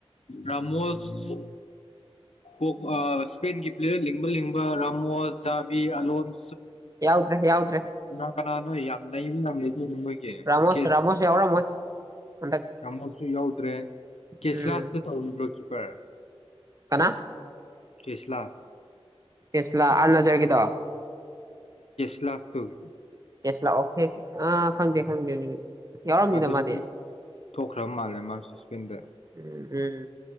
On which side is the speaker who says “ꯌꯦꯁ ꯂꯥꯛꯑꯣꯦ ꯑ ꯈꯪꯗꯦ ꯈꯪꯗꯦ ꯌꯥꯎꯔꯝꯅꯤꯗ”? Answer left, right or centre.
Right